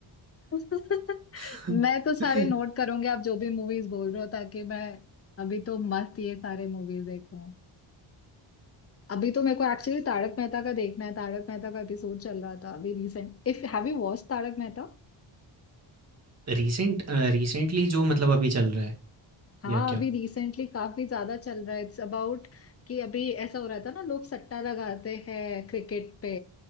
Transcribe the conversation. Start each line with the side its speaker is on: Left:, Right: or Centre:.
Left: <laughs>
Right: <laughs>
Left: मैं तो सारे नोट करूंगी आप जो भी मूवीज बोल रहे हो ताकि मैं अभी तो मस्त ये सारे मूवीज देखूं अभी तो मेरे को एक्चुअली तारक मेहता का देखना है तारक मेहता का एपिसोड चल रहा था अभी recent if have you watch Tarak Mehta
Right: रिसेंट रिसेंटली जो मतलब अभी चल रहा है
Left: हाँ
Right: या क्या
Left: अभी रिसेंटली काफी ज्यादा चल रहा है इट्स अबाउट कि अभी ऐसा हो रहा था ना लोग सट्टा लगाते हैं क्रिकेट पे